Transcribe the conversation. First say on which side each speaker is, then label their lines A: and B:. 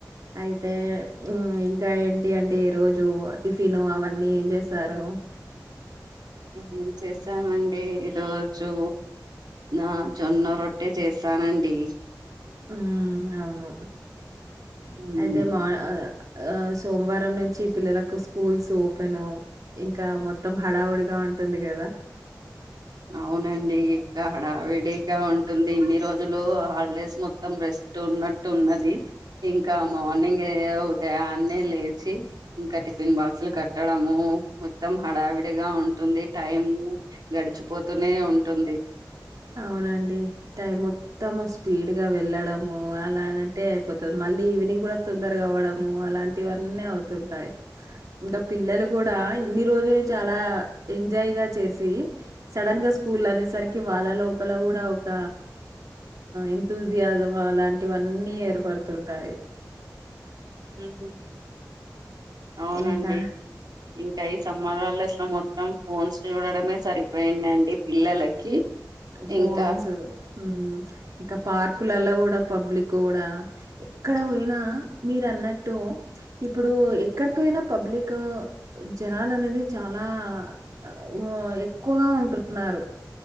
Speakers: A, on the right; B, on the right.
A: అయితే ఇంకా ఏంటి అండి ఈ రోజు టిఫిన్ అవన్నీ ఏం చేసారు
B: ఇడ్లీలు చేసామండి ఈ రోజు నా జొన్న రొట్టే చేసానండి
A: ఉ అవును
B: ఉమ్
A: అయితే మా ఆ సోమవారం నుంచి పిల్లలకు స్కూల్స్ ఓపెన్ ఇంకా మొత్తం హడావుడిగా ఉ ఉంటుంది కదా
B: అవునండి ఇంకా హడావిడిగా ఉంట టుంది ఇన్ని రోజులు హాలిడేస్ మొత్తం రెస్ట్ ఉన్నట్టు ఉన్నది ఇంకా మార్నింగ్ ఉదయాన్నే లేచి ఇంకా టిఫిన్ బాక్స్లు కట్టడము మొత్తం హడావి డిగా ఉంటుంది టైం గడిచిపోతూనే ఉంటుంది
A: అవునండి టైం మొత్తము స్పీడ్ గా వెళ్ళడము అలానంటే పోతది మళ్ళీ ఈవినింగ్ కూడా తొందర కావడము అలాంటివన్నీ అవుతుంటాయి ఇంకా పిల్లలు కూడా ఇన్ని రోజులు చాలా ఎంజాయ్ గా చేసి సడన్ గా స్కూల్ అనేసరికి వాళ్ళ లోపల కూడా ఒక ఎంథూసియాసమ్ అలాంటివన్నీ ఏర్పడుతయి తుంటాయి
B: ఉహు అవునండి
A: ఇంకా
B: ఇంకా ఈ సమ్మర్ హాలిడేస్ లో మొత్తం ఫోన్స్ చూడడమే సరిపోయిందండి పిల్లలకి
A: ఫోన్స్
B: ఇంకా
A: ఉ ఇంకా పార్కులలో కూడా పబ్లిక్ కూడా ఎక్కడ పోయినా మీరన్నట్టు ఇప్పుడు ఎక్కడికియినా పబ్లిక్ జనాలు అనేది చాలా ఆ ఊ ఎక్కువగా ఉంటున్నారు